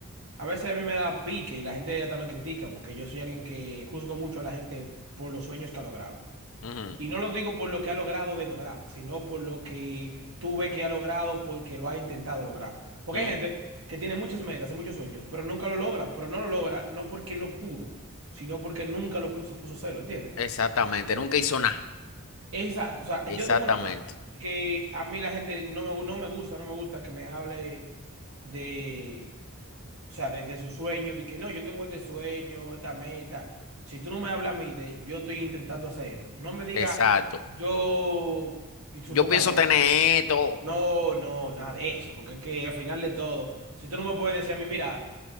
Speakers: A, on the right; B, on the left.
A: a veces a mí me da pique y la gente ya también critica porque yo soy alguien que juzgo mucho a la gente por los sueños que ha logrado.
B: ujú,
A: Y no lo digo por lo que ha logrado de lograr, sino por lo que tú ves que ha logrado porque lo ha intentado lograr. Porque
B: ujú,
A: hay gente que tiene muchas metas y muchos sueños, pero nunca lo logra, pero no lo logra no porque no pudo, sino porque nunca lo puso, puso celo, ¿entiendes?
B: Exactamente. Nunca hizo nada.
A: Exacto, o sea,
B: Exactamente.
A: yo tengo una cosa, que a mí la gente no me, gu- no me gusta, no me gusta que me hable de, o sea, de, de su sueño, de que no, yo tengo este sueño, esta meta. Si tú no me hablas a mí de yo estoy intentando hacer esto, no me diga
B: Exacto.
A: yo, y supongamos,
B: Yo pienso tener esto.
A: no, no, nada de eso, porque es que al final de todo, si tú no me puedes decir a mí, mira,